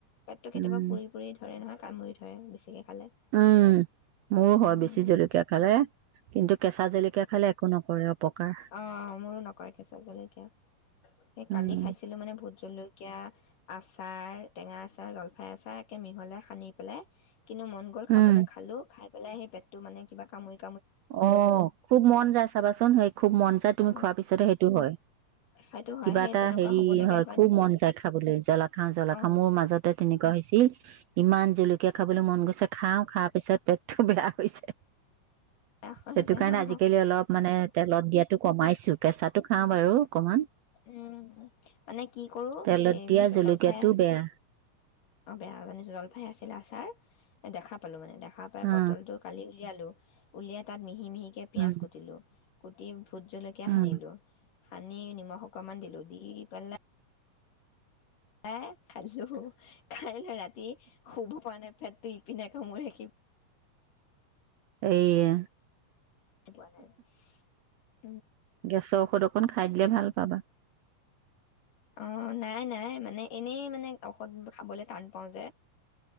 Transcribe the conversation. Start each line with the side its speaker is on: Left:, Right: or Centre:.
Left: পেটটো কেতিয়াবা
Right: উম
Left: পুৰি পুৰি ধৰে নহয় কামুৰি ধৰে বেছিকে খালে
Right: উম মোৰো
Left: উম,
Right: হয় বেছি জলকীয়া খালে কিন্তু কেঁচা জলকীয়া খালে একো নকৰে অপকাৰ
Left: অ মোৰো নকৰে কেৈছো জলকীয়া স কালি
Right: উম
Left: খাইছিলো মানে ভোত জলকীয়া আছে আচাৰ টেঙা আচাৰ জলফাই আচাৰ একে মিহলাই সানি পেলাই কিন্তু মন গ'ল খাবলৈ
Right: উম
Left: খালোঁ খাই পেলাই সেই পেটটো মানে কিবা কাম হয়
Right: অ খুব মন যায় চাবাচোন সেই খুব খুব মন যায় তুমি
Left: অ
Right: খোৱাৰ পিছতে সেইটো হয়
Left: সেইটো হয়
Right: কিবা
Left: সেই
Right: এটা
Left: তেনেকুৱা
Right: হেৰি
Left: হ'ব লাগে
Right: হয় খুব
Left: নেকি
Right: মন যায় খাবলৈ জলা খাও জ্বলা
Left: অ
Right: খাও মোৰ মাজতে তেনেকুৱা হৈছিল ইমান জলকীয়া খাবলৈ মন গৈছে খাও খাৰ পিছত পেটটো বেয়া হৈছে
Left: বেয়া হৈ
Right: সেইটো
Left: যায়
Right: কাৰণে
Left: অ
Right: আজিকালি অলপ মানে তেলত দিয়াতো কমাইছো কেঁচাো খাও বাৰু অকমান
Left: উম মানে কি কৰো
Right: তেলত
Left: এই
Right: দিয়া জলকীয়াটো
Left: জলফাই
Right: বেয়া
Left: অ বেয়া জানিছো জলফাই আছিল আচাৰ দেখা পালো মানে দেখ দো পায়
Right: অ
Left: বটলটো কালি উলিয়ালো উলিয়াই তাত মিি মি মিহিকে পিয়াজ
Right: উম
Left: কুটিলো কুটি ভোট জলকীয়া
Right: উম
Left: সানিলোঁ সানি নিমখ অকমান দিলোঁ দি পেলা আ খালোঁ খাই ল ৰাতি শুব পৰা নাই ফেটটো ইপিনে কৈ মই ৰাখিব
Right: এইে
Left: সপ ন <unintelligible>
Right: গেছৰ ঔষধ অকণ খাই দিলে ভাল পাবা
Left: অ নাই নাই মানে এনেই মানে ঔষধ খাবলৈ টান পাওঁ যে